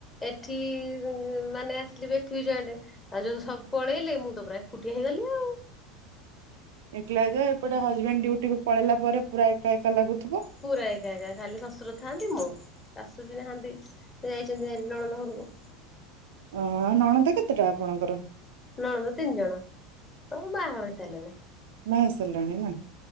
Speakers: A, on the left; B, on the right.
A: ଏଠି ମାନେ ଆସିଲି ବି ଏଠି ବି ଜଏଣ୍ଟେ। ଆଉ ଯୋଉ ସବୁ ପଳେଇଲେ, ମୁଁ ତ ପୁରା ଏକୁଟିଆ ହେଇଗଲି ଆଉ।
B: ଏକଲା ଯେ ଏପଟେ ହଜବେଣ୍ଡ ଡିଉଟି କୁ ପଳେଇଲା ପରେ ପୁରା ଏକା ଏକା ଲାଗୁ
A: ପୁରା ଏ ଜାଗା ଖାଲି ଶ୍ୱଶୁର ଥାଆନ୍ତି, ମୁଁ, ଶାଶୁ ବି ନାହାନ୍ତି, ସେ ଯାଇଚନ୍ତି ଭାରି ନଣନ୍ଦ ଘରକୁ।
B: ଓହୋ, ଆଉ ନଣନ୍ଦ କେତେଟା ଆପଣଙ୍କର?
A: ନଣନ୍ଦ ତିନି ଜଣ, ସବୁ ବାହାଘର ହେଇସାରିଲାଣି।
B: ବାହା ହେଇସାରିଲେଣି ନା?